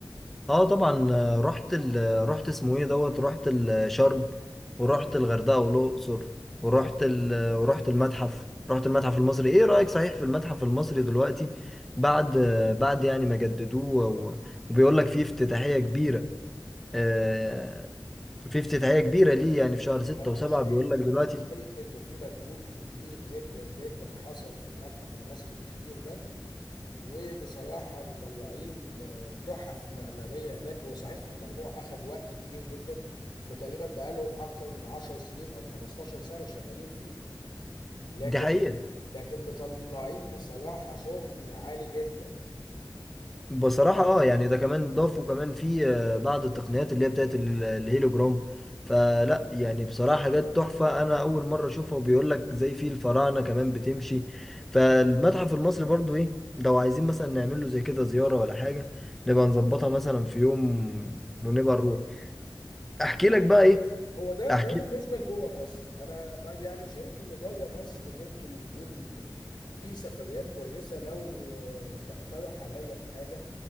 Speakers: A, in the centre; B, on the left.
A: اه طبعا آه، رحت ال... آه، رحت اسمه ايه دوت رحت ال- شرم ورحت الغردقه والاقصر ورحت ال... آه، ورحت المتحف رحت المتحف المصري ايه رايك صحيح في المتحف المصري دلوقتي بعد آه، بعد يعني ما جددوه و... وبيقول لك فيه افتتاحيه كبيره آه، في افتتاحيه كبيره ليه يعني في شهر ستة
B: أنا
A: وسبعة
B: شايف
A: بيقول لك دلوقتي
B: أنا شايف إنه في مجهود كبير جدا جدا حصل في المتحف المصري الكبير ده وبصراحة مطلعين آه، تحف معمارية هناك هو صحيح الموضوع أخد وقت كبير جدا هما تقريبا بقالهم أكتر من 10 سنين أو 15 سنة شغالين فيه لكن
A: دي حقيقه
B: لكن مطلعين بصراحة شغل عالي جدا
A: بصراحة اه يعني ده كمان ضافوا كمان في آه، بعض التقنيات اللي هي بتاعت ال- الهيلوجرام فلا يعني بصراحة حاجات تحفة أنا أول مرة أشوفها وبيقول لك زي في الفراعنة كمان بتمشي فالمتحف المصري برضو إيه لو عايزين مثلا نعمل له زي كده زيارة ولا حاجة نبقى نظبطها مثلا في يوم ونبقى نروح أحكي لك بقى إيه
B: هو ده
A: أحكي
B: ده بالنسبة لجوه مصر أنا ب- يعني شايف إنه بره مصر ممكن يكون في سفريات كويسة لو آه، تقترح عليا في حاجة